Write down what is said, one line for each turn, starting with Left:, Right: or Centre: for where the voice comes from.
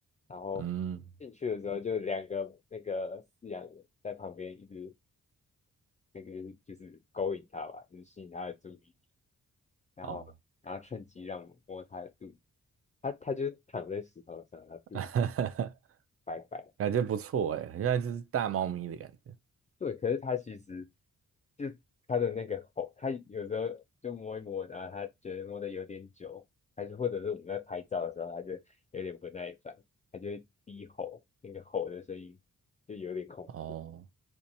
Left: 然后进去的时候就两个那个饲养员在旁边一直
Right: 嗯，
Left: 那个就是就是勾引它吧，就是吸引它的注意力，然后然后趁机让我摸它的肚子，
Right: 哦，
Left: 它它就躺在石头上，它肚子
Right: <laughs>
Left: 白白
Right: 感觉不错哎，很像一只大猫咪的感觉。
Left: 对，可是它其实就它的那个吼，它有时候就摸一摸，然后它觉得摸的有点久，还是或者是我们在拍照的时候，它就有点不耐烦，它就会低吼，那个吼的声音就有点恐怖，
Right: 哦，